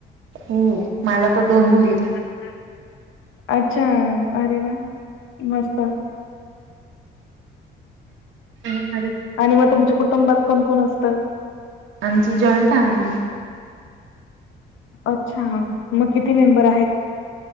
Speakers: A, on the right (about 75°); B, on the left (about 85°).
A: हो मला तर दोन मुली आहेत.
B: <unintelligible> अच्छा आरे वा मस्त.
A: आणि खाडी
B: आणि मग तुमच्या कुटुंबात कोण कोण असतं?
A: आमची जॉईंट फॅमिली
B: <unintelligible> अच्छा मग किती मेंबर आहेत?